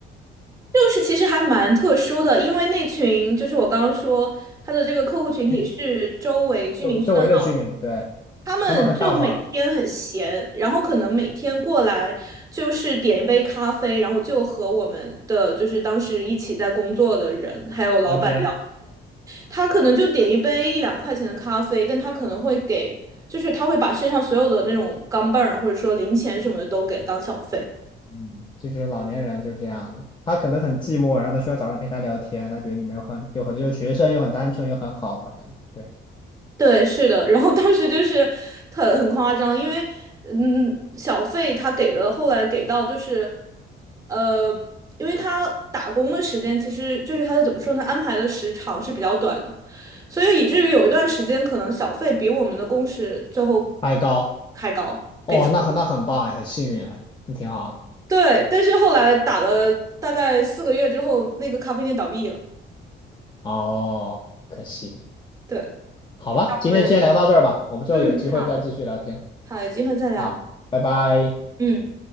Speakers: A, on the right; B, on the left.
A: 就是其实还蛮特殊的，因为那群就是我刚刚说他的这个客户群体是周围居民区的老，
B: 嗯，周周围的居民，对，
A: 他们就每天很闲，
B: 他们很大方，
A: 然后可能每天过来就是点一杯咖啡，然后就和我们的就是当时一起在工作的人还有老板。
B: 聊天。
A: 他可能就点一杯一两块钱的咖啡，但他可能会给，就是他会把身上所有的那种钢镚儿或者说零钱什么的都给当小费。
B: 嗯，就是老年人就是这样的，他可能很寂寞，然后他需要找人陪他聊天，他觉得你们又很有很又学生又很单纯又很好吧，可能对。
A: 对，是的。然后当时就是很很夸张，因为嗯，小费他给的，后来给到就是呃，因为他打工的时间其实就是他的怎么说呢，安排的时长是比较短的，所以以至于有一段时间可能小费比我们的工时最后
B: 爱高，
A: 还高。
B: 哦，
A: 给出。
B: 那很那很棒哎，很幸运哎，那挺好的。
A: 对，但是后来打了大概四个月之后，那个咖啡店倒闭了。
B: 哦，可惜，
A: 对，
B: 好吧，今天就先聊到这儿吧，
A: 我们
B: 我们之后有机会再继续聊天。
A: 嗯，好，好，有机会再聊。
B: 好，拜拜。
A: 嗯。